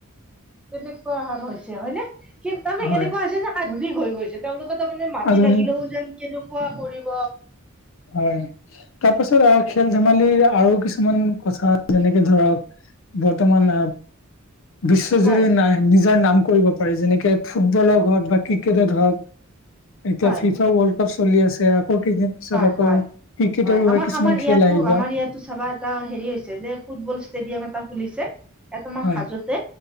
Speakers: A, in the centre; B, on the left.
A: তেনেকুৱা হৈছে হয়নে? কিন্ত তাৰমানে
B: হয়
A: এনেকুৱা হৈছে যে আধুনিক হৈ গৈছে, তেওঁলোকে তাৰ মানে মাটি
B: আধুনিক
A: লাগিলেও যেন কেনেকুৱা কৰিব
B: হয়। তাৰপাছত আহ খেল-ধেমালি আৰু কিছু মান কথা যেনেকে ধৰক বৰ্তমান বিশ্বজুৰি
A: হয়
B: নাই নিজৰ নাম কৰিব পাৰে, যেনেকে ফুটবলে হওঁক বা ক্ৰিকেটত হওঁক এতিয়া
A: হয়,
B: ফিফা ৱৰ্ল্ড কাপ চলি আছে, আকৌ কেইদিন পিছত
A: হয়,
B: আকৌ
A: হয়,
B: ক্ৰিকেটৰো
A: হয় আমাৰ
B: কিছুমান
A: আমাৰ
B: খেল
A: ইয়াতো
B: আহিব
A: আমাৰ ইয়াতো চাবা এটা হেৰি হৈছে, যে ফুটবল ষ্টেডিয়াম এটা খুলিছে। ইয়াত
B: হয়
A: আমাৰ হাজোতে,